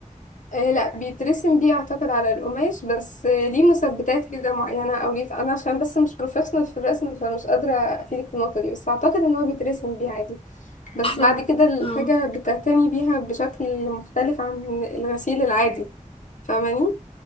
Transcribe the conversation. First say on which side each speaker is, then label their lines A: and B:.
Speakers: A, on the left; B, on the left.
A: آه لا بيترسم بيه اعتقد على القماش بس آه ليه مثبتات كده معينة او ليه انا عشان بس مش بروفيشنال في الرسم فمش قادرة افيدك في النقطة دي بس اعتقد ان هو بيترسم بيه عادي بس
B: <laughs> احنا
A: بعد كده الحاجة
B: اه
A: بتعتني بيها بشكل مختلف عن الغسيل العادي فاهماني